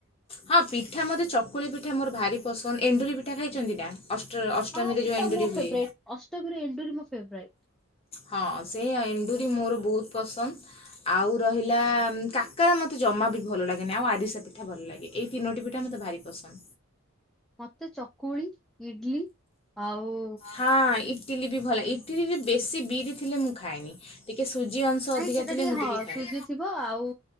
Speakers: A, on the left (about 25°); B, in the centre.
A: ହଁ ପିଠା ମୋତେ ଚକୁଳି ପିଠା ମୋର ଭାରି ପସନ୍ଦ। ଏଣ୍ଡୁରି ପିଠା ଖାଇଚନ୍ତି ନା? ଅଷ୍ଟ ଅଷ୍ଟମୀରେ
B: ଆ ସେଟା
A: ଯୋଉ ଏଣ୍ଡୁରି
B: ମୋ ଫେବରାଇଟ
A: ହୁଏ।
B: ଅଷ୍ଟମୀରେ ଏଣ୍ଡୁରି ମୋ ଫେବରାଇଟ।
A: ହଁ ସେଇଆ ଏଣ୍ଡୁରି ମୋର ବହୁତ ପସନ୍ଦ। ଆଉ ରହିଲା କାକରା ମତେ ଜମା ବି ଭଲ ଲାଗେନି। ଆଉ ଆରିସା ପିଠା ଭଲ ଲାଗେ। ଏହି ତିନୋଟି ପିଟା ମତେ ଭାରି ପସନ୍ଦ।
B: ମତେ ଚକୁଳି, ଇଡଲି ଆଉ
A: ହଁ ଇଟିଲି ବି ଭଲ। ଇଟିଲିରେ ବେଶୀ ବିରି ଥିଲେ ମୁଁ ଖାଏନି। ଟିକେ ସୁଜି ଅଂଶ
B: ନାଇଁ
A: ଅଧିକା
B: ସେଟା
A: ଥିଲେ ମୁଁ
B: ହଁ
A: ଟିକେ ଖାଏ।
B: ସୁଜି ଥିବ ଆଉ